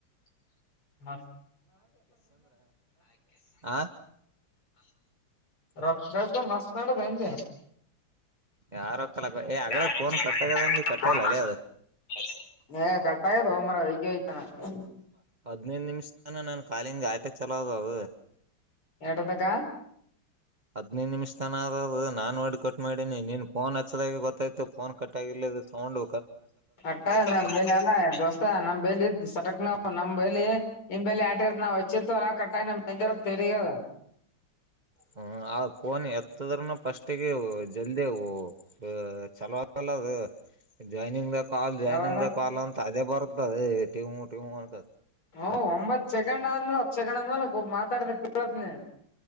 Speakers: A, on the left; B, on the right.
A: <inaudible>
B: ಆ
A: ರಕ್ಷಗಸು ಮಸ್ತ ಹೊಡದ ಅಂದ
B: ಯಾರೋ ಕಲಕ
A: <inaudible>
B: ಏ ಆಗಲೇ ಫೋನ್ ಕಟ್ಟಾಗ್ಯದಂದಿ ಕಟ್ಟಾಗಿಲ್ಲ ಅಲೆ ಅದ
A: ಏನ
B: ಹದ್ನೈದ ನಿಮಿಷ ತನ ನಾನನ್ ಕಾಲಿನ ಆಟೆ ಚಲೋದದು
A: ಎಟತಕ್ಕಾ
B: ಹದೈದು ನಿಮಿಷ ತನ ಆದದು ನಾನು ನೋಡಿ ಕಟ್ ಮಾಡಿನಿ ನೀನ್ ಫೋನ್ ಹಚ್ಚದಾಗಿ ಗೊತ್ತಾಯ್ತು ಫೋನ್ ಕಟ್ ಆಗ ಇಲ್ಲದು ಸೌಂಡು
A: ಕಟ್ಟ ನಮ್ ಬೆ ಅಲ್ಲ ದಸ ನಮ್ಮ್ಲ್ ಇದ್ ಸಟಕ್ ನ ನಮ್ಮ ಬೆಲಿ ನಿಮ್ಮ ಬೆಲಿ ಆಟಗರತ್ತ ನಾವ್ ಹಚ್ಚಿರ್ತವಲ್ಲ ಕಟ್ಟಾಗಿ ನಿರ ತೆರಗದ
B: ಹು ಆ ಫೋನ್ ಎತ್ತದರನ ಫಸ್ಟ್ ತ್ತಿಗೆವು ಜಲ್ದಿವು ಅ ಚಲವತಲ್ಲ ಜೋನಿಂಗ್ ಕಾಲ್ ಜಾಯ್ನಿಂಗ್
A: ಯಾವಾಗ
B: ಕಾಲ್ ಅಂತ ಅದೇ ಬರ್ತ್ತದೆ ಟೀವ ಟೀವ ಅಂತ
A: ಹು ಒಂಬತ್ ಸೆಕೆಂಡ್ ಆದ್ಮೇಲೆ ಹತ್ತ ಸೆಕಂಡ್ ಆದ್ಮೇಲೆ ಮಾತಾಡ್ಬೇಕ ಕೇಳತೀನಿ